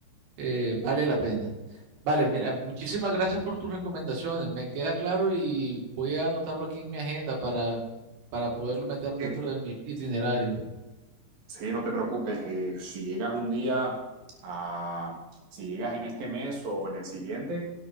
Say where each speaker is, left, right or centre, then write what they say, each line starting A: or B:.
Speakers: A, on the right; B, on the right.
A: eh, vale la pena. Vale, mira, muchísimas gracias por tus recomendaciones. Me queda claro y voy a anotarlo aquí en mi agenda para, para poderlo meter dentro
B: Eh,
A: de mi itinerario.
B: Sí, no te preocupes. eh, si llegas un día a, si llegas en este mes o en el siguiente,